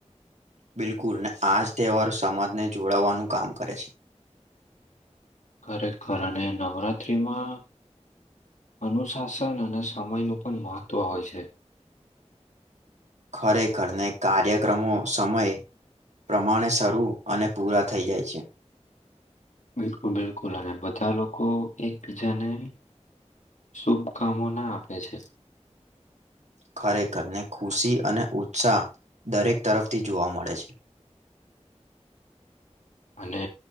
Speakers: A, on the right; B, on the left.
A: બિલકુલ ને આ જ તહેવારો સમાજને જોડાવવાનું કામ કરે છે
B: ખરેખર અને નવરાત્રિમાં અનુશાસન અને સમયનું પણ મહત્ત્વ હોય છે
A: ખરેખરને કાર્યક્રમો સમય પ્રમાણે શરૂ અને પૂરા થઈ જાય છે
B: બિલકુલ બિલકુલ અને બધા લોકો એકબીજાને શુભકામોના આપે છે.
A: ખરેખરને ખુશી અને ઉત્સાહ દરેક તરફથી જોવા મળે છે.
B: <inaudible> અને